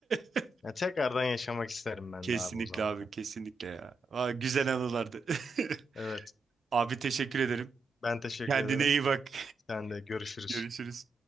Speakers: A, on the right; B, on the left.
A: <laughs>
B: Ya tekrardan yaşamak isterim ben
A: Kesinlikle
B: de abi o zamanlar.
A: abi kesinlikle ya. Aa, güzel anılardı. <laughs>
B: Evet,
A: Abi teşekkür ederim.
B: ben teşekkür
A: Kendine
B: ederim.
A: iyi bak.
B: Sen de görüşürüz.
A: <laughs> Görüşürüz.